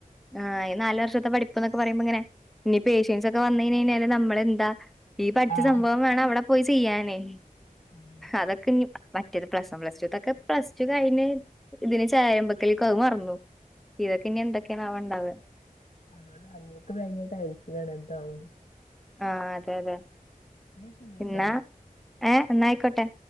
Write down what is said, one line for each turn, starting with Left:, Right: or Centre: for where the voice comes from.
Centre: ആഹ് ഈ നല് വർഷത്തെ പഠിപ്പന്നൊക്കെ പറയ്പോ ഇങ്ങന ഇ പേഷ്യൻഓക്കേ വന്ന കഴിഞ്ഞാല് നമ്മളെന്താ ഈ പഠിച്ച
Left: ആഹ്
Centre: സംഭവം വേണം അവിടെ പോയി ചെയ്യാനേ
Left: അതെ
Centre: അതൊക്കെ ഇഞ്ഞി മറ്റേത് പ്ലസ് വൺ പ്ലസ് ടു ഇതൊക്കെ പ്ലസ് ടു കഴിഞ് ഇതിന് ചാരമ്പൊക്കലേക്ക അത് മറന്നു ഇതൊക്കെ ഇനി എന്തൊക്കെയാണ ണ്ടാവ
Left: അതൊണ്ട് അങ്ങേർക്ക് ഭയങ്കര ടെൻഷൻ ആണ് എന്താവുന്ന്
Centre: ആഹ് അതെ അതെ
Left: എന്നാ ശരിട്ടോ
Centre: എന്നാ ഏഹ് എന്നയിക്കോട്ടെ